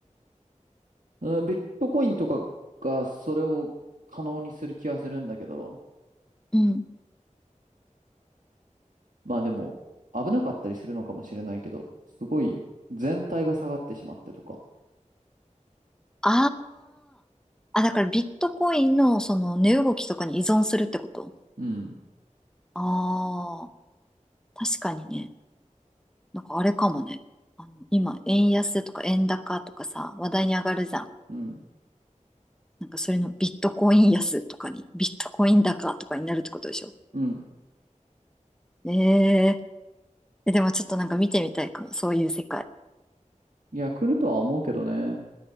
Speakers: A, on the right; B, in the centre.
A: うん。ビットコインとかがそれを可能にする気はするんだけど、
B: うん。
A: まあでも、危なかったりするのかもしれないけど、すごい全体が下がってしまってとか。
B: ああ、あ、だからビットコインのその値動きとかに依存するってこと
A: うん。
B: ああー、確かにね。なんかあれかもね。あの、今、円安とか円高とかさ、話題に上がるじゃん。
A: うん。
B: なんかそれのビットコイン安とかに、ビットコイン高とかになるってことでしょ
A: うん。
B: えええでもちょっとなんか見てみたいかも、そういう世界。
A: いや、来るとは思うけどね。